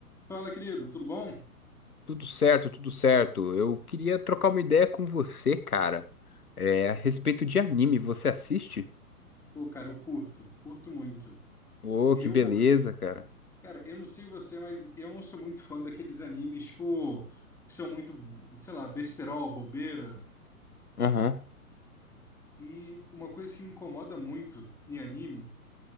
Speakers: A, in the centre; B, on the left (about 75°).
A: Fala, querido, tudo bom?
B: Tudo certo, tudo certo. Eu queria trocar uma ideia com você, cara. É, a respeito de anime, você assiste?
A: Pô, cara, eu curto, curto muito.
B: Ô,
A: Eu,
B: que beleza, cara.
A: cara, eu não sei você, mas eu não sou muito fã daqueles animes, tipo, que são muito, sei lá, besterol, bobeira.
B: Aham.
A: E uma coisa que me incomoda muito em anime,